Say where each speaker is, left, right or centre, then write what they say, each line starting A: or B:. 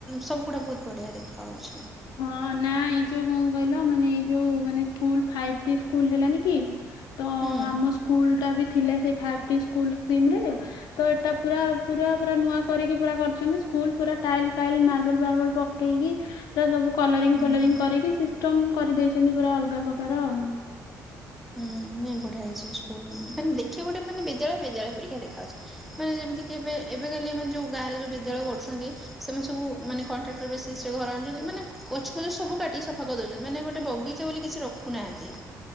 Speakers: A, in the centre; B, on the left (about 80°).
A: ସବୁଗୁଡା ବହୁତ ବଢିଆ ଦେଖା ହଉଛି।
B: ହଁ ନା ଏଇ ଯୋଉ କଣ କହିଲ ମାନେ ଏଇ ଯୋଉ ମାନେ ସ୍କୁଲ ଫାଇଫ୍ ଟି ସ୍କୁଲ ହେଲାନି କି? ତ
A: ହୁଁ
B: ଆମ ସ୍କୁଲ ଟା ବି ଥିଲା ସେଇ ଫାଇଫ୍ ଟି ସ୍କୁଲ ଟିମରେ ତ ଏଇଟା ପୁରା ପୁରା ପୁରା ନୂଆ କରିକି ପୁରା କରିଛନ୍ତି। ସ୍କୁଲ ପୁରା ଟାଇଲ୍-ଫାଇଲି, ମାର୍ବଲ-ଫାର୍ବଲ ପକେଇକି, ପୁରା ସବୁ କଲରିଙ୍ଗ-ଫଲରିଙ୍ଗି
A: ହୁଁ।
B: କରିକି ସିଷ୍ଟମ କରିଦେଇଛନ୍ତି ପୁରା ଅଲଗା ପ୍ରକାର ଆଉ।
A: ହୁଁ, ନାଇଁ ବଢିଆ ହେଇଛି ସ୍କୁଲ। ମାନେ ଦେଖିବା ପାଇଁ ଗୋଟେ ମାନେ ବିଦ୍ୟାଳୟ ବିଦ୍ୟାଳୟ ପରିକା ଦେଖା ହଉଛି। ମାନେ ଯେମିତି କିି ଏବେ ଏବେ କାଲି ମାନେ ଯୋଉ ଗାଁରେ ଯୋଉ ବିଦ୍ୟାଳୟ କରୁଛନ୍ତି ସେମାନେ ସବୁ ମାନେ କଣ୍ଟ୍ରାକ୍ଟର ବେସିସ୍ ରେ ଘର ଆଣୁଛନ୍ତି। ମାନେ ଗଛ-ପଛ ସବୁ କାଟିକି ସଫା କରି ଦେଉଛନ୍ତି। ମାନେ ଗୋଟେ ବଗିଚା ବୋଲି କିଛି ରଖୁନାହାନ୍ତି।